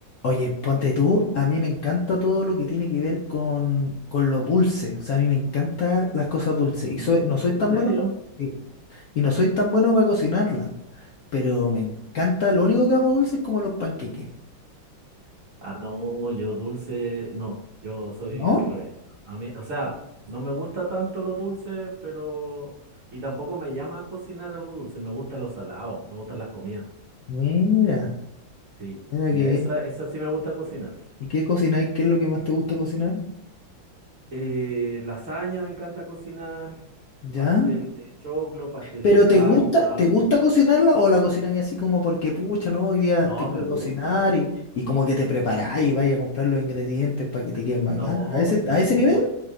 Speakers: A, on the left; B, on the right.
A: Oye, ponte tú, a mí me encanta todo lo que tiene que ver con, con lo dulce. O sea, a mí me encantan las cosas dulces. Y soy, no soy
B: ¿En
A: tan
B: serio?
A: bueno para, y no soy tan bueno para cocinarla, pero me encanta. Lo único que hago dulce es como los panqueques.
B: Ah, no, yo dulce, no, yo soy
A: ¿No?
B: al revés. A mí, o sea, no me gusta tanto lo dulce, pero... Y tampoco me llama a cocinar algo dulce, me gustan los salados, me gustan las comidas.
A: Mira,
B: Sí,
A: mira
B: y
A: qué
B: a
A: bien.
B: esa, esa sí me gusta cocinar.
A: ¿Y qué cocináis? ¿Qué es lo que más te gusta cocinar?
B: Eh, lasaña me encanta cocinar,
A: ¿Ya?
B: pastel de choclo, pastel
A: ¿Pero
B: de jaiba.
A: te gusta, te gusta cocinarla o la cocináis así como porque, pucha, no, hoy día
B: No,
A: tengo
B: me
A: que
B: gusta.
A: cocinar y, y como que te preparáis y vais a comprar los ingredientes para que te queden bacán?
B: No,
A: ¿A ese,
B: sí,
A: a ese
B: pues
A: nivel?
B: vo-